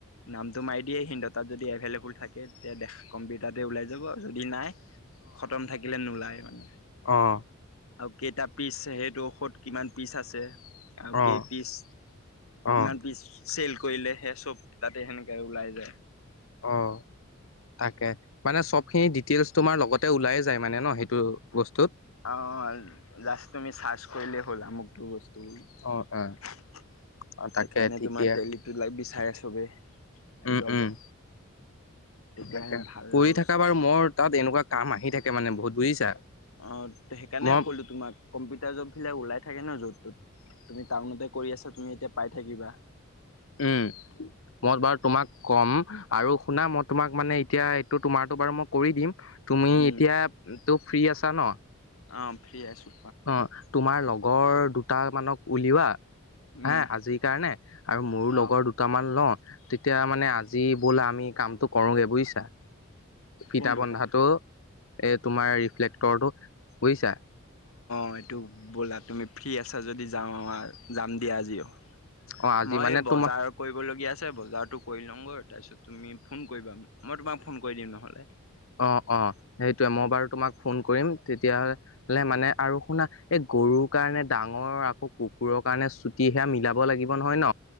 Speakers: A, on the left; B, on the left.
A: নাম টো মাৰ দিয়ে সিহত তাত যদি এভেইলোবোল থাকে তেতিয়া দেখা কম্পিউটাৰতে ওলাই যাব যদি নাই খতম থাকিলে নোলায় মানে
B: অহ
A: আও কেইটা পিচ সেইটো ঔষধ কিমান পিচ আছে আও কেই
B: অ
A: পিচ
B: অ
A: কিমান পিচ চেল কৰিলে সেয়া চব তাতে সেনেক কে ওলাই যায়
B: অহ তাকে মানে চবখিনি ডিটেইলছ তোমাৰ লগতে ওলায়েই যায় মানে ন সেইটো বস্তুত
A: অ জাষ্ট তুমি চাৰ্চ কৰিলেই হ'ল মুকতোৰ বস্ তো বুলি সেইকাৰণে
B: অ', অ'। অ', তাকে ঠিকে
A: তোমাৰ তেলিটো লাগ বিচাৰে চবেই
B: উম,
A: জবত
B: উম,
A: তেতিয়াহে
B: তাকে
A: ভাল
B: কৰি
A: আৰু
B: থাকা বাৰু মোৰ তাত এনেকুৱা কাম আহি থাকে মানে বহুত বুজিছা
A: অ সেইকাণে
B: মই
A: ক'লো তোমাক কম্পিউটাৰ জব বিলাক ওলাই থাকে ন য'ত তত তুমি টাউনতে কৰি আছা তুমি এতিয়া পাই থাকিবা
B: উম মই বাৰু তোমাক কম আৰু শুনা মই তোমাক মানে এতিয়া এইটো তোমাৰটো বাৰু মই কৰি দিম তুমি এতিয়া
A: উম
B: টো ফ্ৰী আছা ন
A: অ ফ্ৰী আছোঁ
B: অ তোমাৰ লগৰ দুটামানক উলিওৱা
A: উম
B: হা আজিৰ কাৰণে আৰু মোৰো
A: অ
B: লগৰ দুটামান লও তেতিয়া মানে আজি বলা আমি কামটো কৰোগে বুইছা ফিঠা
A: কোনটো
B: বন্ধাটো
A: কাম
B: এই তোমাৰ ৰিফ্লেক্টৰটো বুইছা
A: মইতো ব'লা তুমি ফ্ৰী আছা যদি যাওঁ আৱা আৱা যাম দিয়া আজিও
B: অ আজি
A: মই
B: মানে
A: বজাৰ
B: তোমাৰ
A: কৰিবলগীয়া আছে। ছে বজাৰটো কৰি লঙগৈ তাৰপিছত তুমি ফোন কৰিবা মই তোমাক ফোন কৰি দিম নহ'লে
B: অ অ সেইটোয়ে মই বাৰু তোমাক ফোন কৰিম তেতিয়া হলে মানে মানে আৰু শুনা এই গৰুৰ কাৰণে ডাঙৰ আকৌ কুকুৰৰ কাৰণে চুটি সেয়া মিলাব লাগিব নহয় ন